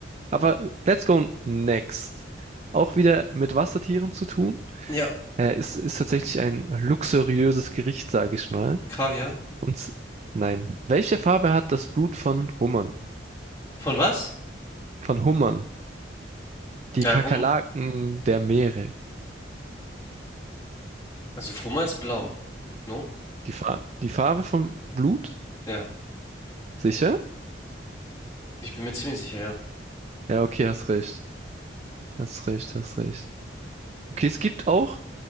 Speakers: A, on the right; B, on the left.
A: Aber let's go next. Auch wieder mit Wassertieren zu tun.
B: Ja,
A: Äh, ist, ist tatsächlich ein luxuriöses Gericht, sage ich mal.
B: Kaviar.
A: Und s- nein. Welche Farbe hat das Blut von Hummern?
B: Von was?
A: Von Hummern. Die
B: Ja,
A: Kakerlaken
B: Hum
A: der Meere.
B: also Hummer ist blau, no?
A: Die Fa die Farbe vom Blut?
B: Ja,
A: Sicher?
B: ich bin mir ziemlich sicher, ja.
A: Ja, okay, hast recht. Hast recht, hast recht. Okay, es gibt auch